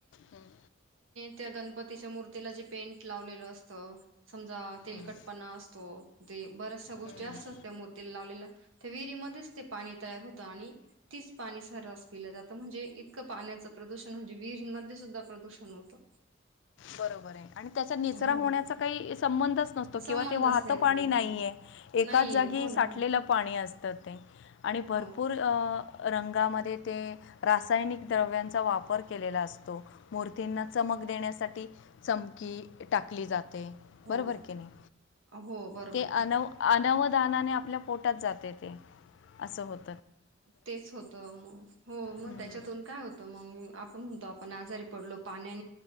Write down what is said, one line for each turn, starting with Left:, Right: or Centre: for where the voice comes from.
Left: हं,
Right: त्या गणपतीच्या मूर्तीला जे पेंट लावलेलं असतं समजा तेलकटपणा
Left: हं,
Right: असतो द बऱ्याचश गोष्टी
Left: हं.
Right: असतात त्या मूर्तीला लावलेल्या त्या विहिरीमध्येच ते पाणी तयार होतं आणि तीच पाणी सर्रास पिलं जातं म्हणजे इतकं पाण्याचं प्रदूषण म्हणजे विरमध्येध्ये सुद्धा प्रदूषण होतं
Left: बरोबर आहे आणि त्याचा निचरा
Right: हो
Left: होण्याचा काही संबंधच नसतो
Right: संबंधच
Left: किंवा ते वाहत
Right: येत
Left: पाणी
Right: नाही
Left: नाहीये
Right: हो
Left: एकाच
Right: नाहीये
Left: जागी
Right: हो
Left: साठलेलं
Right: ना हो ना
Left: पाणी असतं ते आणि भरपूर
Right: हो
Left: अ रंगामध्ये ते रासायनिक द्रव्यांचा वापर केलेला असतो मूर्तींना चमक देण्यासाठी चमकी टाकली जाते
Right: हो
Left: बरोबर क नाही
Right: हो बरोबर
Left: ते अ
Right: आहे ना
Left: अ रानाने आपल्या पोटात जाते ते असं होत
Right: तेच होत मग हो मग
Left: हम्म.
Right: त्याच्यातून काय होतं मग आपण म्हणतो आपण आजारी पडलो पाण्या